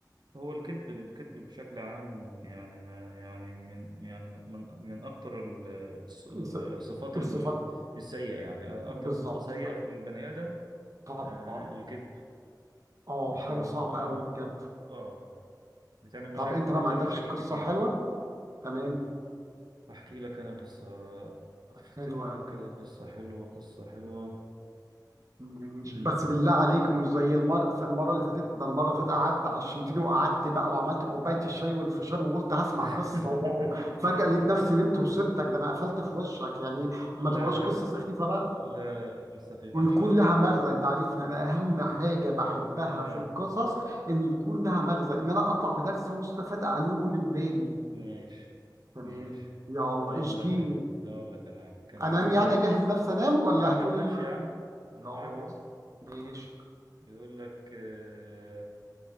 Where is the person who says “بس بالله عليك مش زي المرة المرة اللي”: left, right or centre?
Right